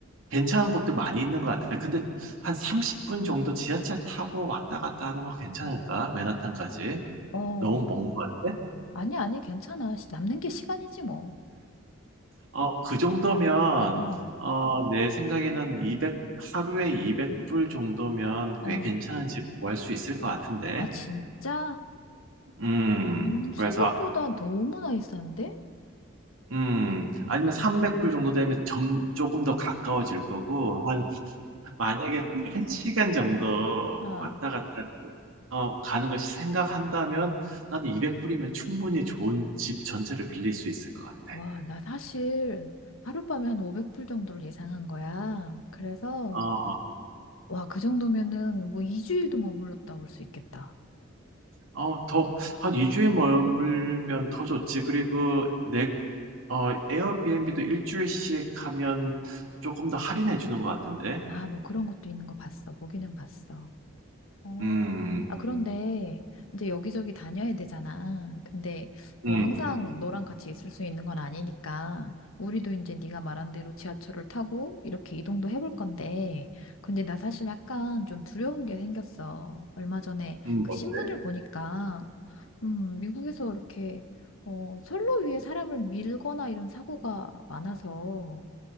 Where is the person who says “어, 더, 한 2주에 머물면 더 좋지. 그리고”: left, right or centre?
Right